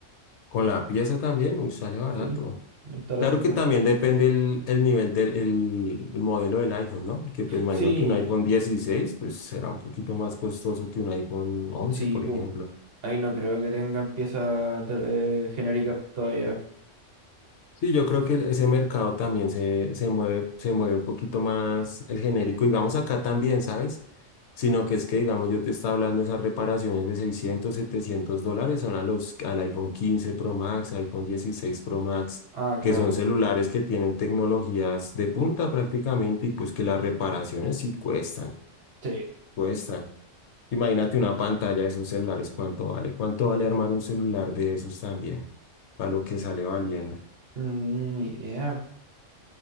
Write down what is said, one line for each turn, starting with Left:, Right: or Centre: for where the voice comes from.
Left: Con la pieza también, uy, sale barato.
Right: Sí, una instalación
Left: Claro que
Right: completa.
Left: también depende el, el nivel del el, el modelo del iPhone, ¿no? Porque pues imagino
Right: Sí,
Left: que un iPhone 16 pues será un poquito más costoso que un iPhone 11,
Right: sí,
Left: por
Right: pues.
Left: ejemplo.
Right: Ahí no creo que tengan piezas de- eh, genéricas todavía.
Left: Sí, yo creo que el- ese mercado también se, se mueve, se mueve un poquito más el genérico, digamos acá también, ¿sabes? Sino que es que, digamos, yo te estaba hablando de esas reparaciones de 600 700 dólares, son a los, al iPhone 15 Pro Max, iPhone 16 Pro Max,
Right: Ah, claro.
Left: que son celulares que tienen tecnologías de punta prácticamente y pues que las reparaciones sí cuestan,
Right: Sí.
Left: cuestan. Imagínate una pantalla de esos celulares, ¿cuánto vale? ¿Cuánto vale armar un celular de esos también? Para lo que sale valiendo.
Right: Mm, ni idea.